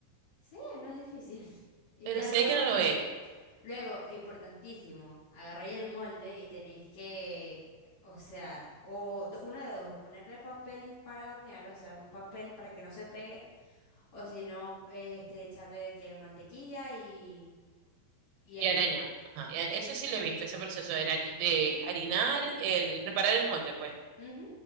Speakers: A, on the left; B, on the right.
A: Sí, no es difícil. <laughs> Y
B: pero
A: ya
B: sé
A: luego,
B: que
A: ajá.
B: no lo es.
A: Luego, importantísimo, agarráis el molde y tenéis que, o sea, o do- una de dos, o ponerle papel para hornear, o sea, un papel para que no se pegue, o si no, eh, este, echarle de que mantequilla y, y
B: Y
A: harina.
B: harina, ajá, y a- eso sí lo he visto, ese proceso de, harina- de harinar, el preparar el molde, pues.
A: Ujú,